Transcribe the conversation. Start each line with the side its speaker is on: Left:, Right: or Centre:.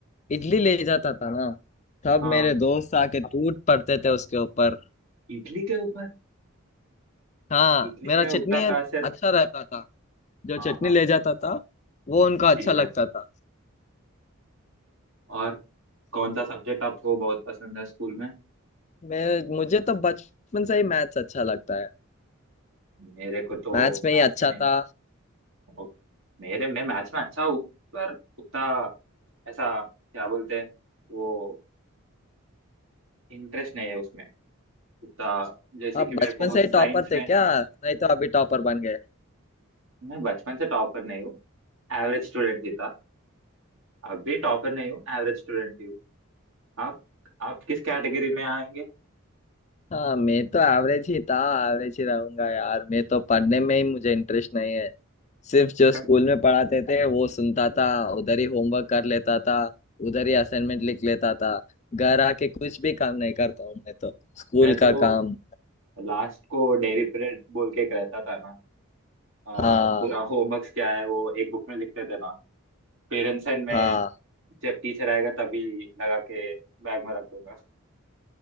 Left: इडली ले जाता था ना तब
Right: हाँ
Left: मेरे दोस्त आके टूट पड़ते थे उसके ऊपर
Right: इडली के ऊपर
Left: हाँ
Right: इडली
Left: मेरा
Right: में
Left: चटनी
Right: उत्तर
Left: अच्छा
Right: खासियत
Left: रहता था जो
Right: हाँ
Left: चटनी
Right: हाँ
Left: ले जाता था वो उनको अच्छा
Right: ठीक
Left: लगता
Right: है
Left: था
Right: और कौन सा सब्जेक्ट आपको बहुत पसंद है स्कूल में
Left: मैं मुझे तो बचपन से ही मैथ्स अच्छा लगता है
Right: मेरे को तो
Left: मैथ्स में
Right: मैथ्स
Left: ही अच्छा
Right: नहीं
Left: था
Right: ओ, मेरे मैं मैथ्स में अच्छा हूँ पर उतना ऐसा क्या बोलते हैं वो इंटरेस्ट नहीं है उसमें उतना जैसे
Left: आप
Right: कि मेरे
Left: बचपन
Right: को
Left: से
Right: साइंस
Left: ही टॉपर थे
Right: में
Left: क्या नहीं तो अभी टॉपर बन गए
Right: मैं बचपन से टॉपर नहीं हूँ एवरेज स्टूडेंट ही था अब भी टॉपर नहीं हूँ एवरेज स्टूडेंट ही हूँ आप आप किस कैटेगरी में आएंगे
Left: हाँ मैं तो एवरेज ही था एवरेज ही रहूंगा यार मैं तो पढ़ने में ही मुझे इंटरेस्ट नहीं है सिर्फ जो
Right: क-
Left: स्कूल में पढ़ाते थे वो सुनता था उधर ही होमवर्क कर लेता था उधर ही असाइनमेंट लिख लेता था घर आके कुछ भी काम नहीं करता हूँ मैं तो स्कूल
Right: मैं तो
Left: का काम
Right: लास्ट को डेयरी पीरियड बोल के एक रहता था ना आ,
Left: हाँ
Right: पूरा होमवर्क क्या है वो एक बुक में लिखते थे ना पेरेंट्स एंड में
Left: हाँ
Right: जब टीचर आएगा तभी लगा के बैग में रख दूंगा